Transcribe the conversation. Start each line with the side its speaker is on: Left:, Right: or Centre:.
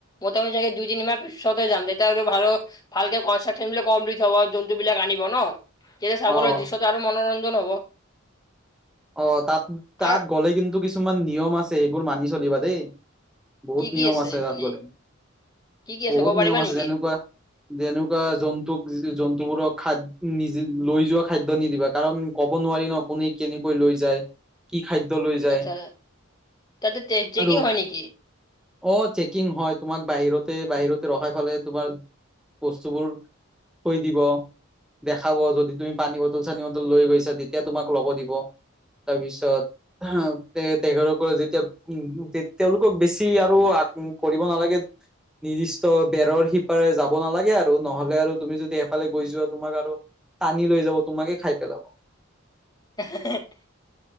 Left: মোটামুটি চাগে দুই তিনি মাহ পিছতে যাম তেতিয়া আৰু ভাল ভালকে কনষ্ট্ৰাকচন বিলাক কমপ্লিট হব জন্তু বিলাক আনিব ন, তেতিয়া চাবলৈ
Centre: অ
Left: যুছত আৰু মনোৰঞ্জন হ'ব।
Centre: অ তাত তাত
Left: আৰু
Centre: গ'লে কিন্তু কিছুমান নিয়ম আছে সেইবোৰ মানি চলিবা দেই। বহুত
Left: কি কি
Centre: নিয়ম আছে তাত
Left: এনে
Centre: গলে।
Left: কি কি আছে
Centre: বহুত
Left: ক'ব পাৰিবা
Centre: নিয়ম আছে
Left: নেকি
Centre: যেনেকুৱা যেনেকুৱা জন্তুক জন্তুবোৰক খাদ নিজ লৈ যোৱা খাদ্য নিদিবা কাৰণ ক'ব নোৱাৰি ন কোনে কেনেকৈ লৈ যায়। কি খাদ্য লৈ যায়
Left: আচ্ছা তাতে চেকিং
Centre: আৰু
Left: হয় নেকি
Centre: অ চেকিং হয় তোমাক বাহিৰতে বাহিৰতে ৰখাই ফালে তোমাক বস্তুবোৰ থৈ দিব। দেখাব যদি তুমি পানী বটল চানী বটল লৈ গৈছা তেতিয়া তোমাক ল'ব দিব। তাৰপিছত তে তেখেত সকলে যেতিয়া উ তেওঁলোকক বেছি আৰু আ কৰিব নালাগে নিৰ্দিষ্ট বেৰৰ সিপাৰে যাব নালাগে আৰু নহলে আৰু তুমি যদি এফালে গৈ যোৱা তোমাক আৰু টানি লৈ যাব তোমাকে খায় পেলাব।
Left: <unintelligible>